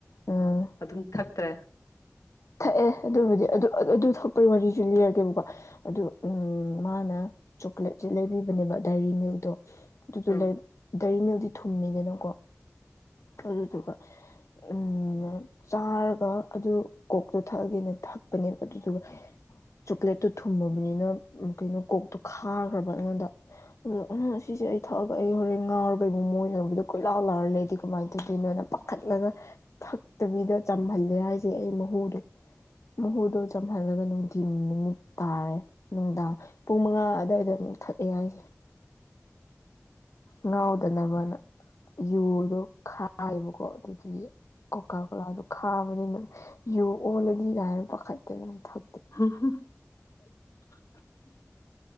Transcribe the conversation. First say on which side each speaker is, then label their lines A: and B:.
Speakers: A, on the left (about 65°); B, on the left (about 90°).
A: ꯎꯝ
B: ꯑꯗꯨꯝ ꯊꯛꯇ꯭ꯔꯦ
A: ꯊꯛꯑꯦ ꯑꯗꯨꯕꯨꯗꯤ ꯑꯗꯨ ꯑꯗꯨ ꯊꯛꯄꯒꯤ ꯋꯥꯔꯤꯁꯨ ꯂꯤꯔꯒꯦꯕꯀꯣ ꯑꯗꯨ ꯎ ꯃꯥꯅ ꯆꯣꯀ꯭ꯂꯦꯠꯁꯦ ꯂꯩꯕꯤꯕꯅꯦꯕ ꯗꯥꯏꯔꯤ ꯃꯤꯜꯗꯣ ꯑꯗꯨꯗꯣ
B: ꯎꯝ
A: ꯀꯔꯤꯅꯦꯜꯗꯤ ꯊꯨꯝꯅꯤꯗꯅꯀꯣ ꯑꯗꯨ ꯊꯒ ꯎꯝ ꯆꯥꯔꯒ ꯑꯗꯨ ꯀꯣꯛꯇꯣ ꯊꯛꯑꯒꯦꯅ ꯊꯛꯄꯅꯦꯕ ꯑꯗꯨꯗꯨꯒ ꯆꯣꯀ꯭ꯂꯦꯠꯇꯣ ꯊꯨꯝꯃꯕꯅꯤꯅ ꯀꯩꯅꯣ ꯀꯣꯛꯇꯣ ꯈꯥꯈ꯭ꯔꯕ ꯑꯩꯉꯣꯟꯗ ꯑꯗꯣ ꯑ ꯁꯤꯁꯦ ꯑꯩ ꯊꯛꯑꯒ ꯑꯩ ꯍꯣꯔꯦꯟ ꯉꯥꯎꯔꯒꯩꯕꯨ ꯃꯣꯏꯅꯔꯕꯗ ꯀꯣꯏꯂꯥ ꯂꯥꯔ ꯂꯩꯦꯗꯤ ꯀꯃꯥꯏꯅ ꯑꯗꯨꯗꯤ ꯅꯅ ꯄꯥꯈꯠꯂꯒ ꯊꯛꯇꯕꯤꯗ ꯆꯝꯍꯜꯂꯦ ꯍꯥꯏꯁꯦ ꯑꯩ ꯃꯍꯨꯗꯣ ꯃꯍꯨꯗꯣ ꯆꯝꯍꯜꯂꯒ ꯅꯨꯡꯊꯤꯤꯟ ꯅꯨꯃꯤꯠ ꯇꯥꯔꯦ ꯅꯨꯡꯗꯥꯡ ꯄꯨꯡ ꯃꯉꯥ ꯑꯗꯨꯗꯋꯥꯏꯗ ꯑꯃꯨꯛ ꯊꯛꯑꯦ ꯍꯥꯏꯁꯦ ꯉꯥꯎꯗꯅꯕꯅ ꯌꯨ ꯑꯣ ꯈꯥꯏꯕꯀꯣ ꯑꯗꯨꯒꯤ ꯀꯣꯀꯥ ꯀꯣꯂꯥꯗꯣ ꯈꯥꯕꯅꯤꯅ ꯌꯨ ꯑꯣꯂꯗꯤ ꯥꯏꯅ ꯄꯈꯠꯠꯇ ꯊ
B: ꯍ ꯍ <unintelligible> <inaudible>